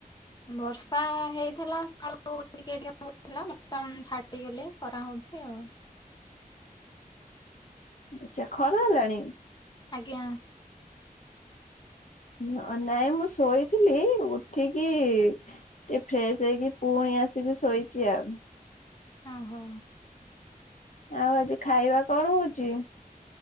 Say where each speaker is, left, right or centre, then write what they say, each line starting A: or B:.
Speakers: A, on the left (about 30°); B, on the left (about 55°).
A: ବର୍ଷା ହେଇଥିଲା, ସକାଳୁ ଟିକେ ଟିକେ ହଉଥିଲା, ବର୍ତ୍ତମାନ ଛାଡି ଗଲେ, ଖରା ହ ଅଛି ଆଉ
B: ଆଛା, ଖରା ହେଲାଣି?
A: ଆଜ୍ଞା।
B: ନ ନାଇଁ ମୁଁ ଶୋଇଥିଲି ଉଠିକି ଟିକେ ଫ୍ରେଶ ହେଇକି, ପୁଣି ଆସିକି ଶୋଇଛି ଆଉ
A: ହ ହୋ।
B: ଆଉ ଆଜି ଖାଇବା କଣ ହଉଚି?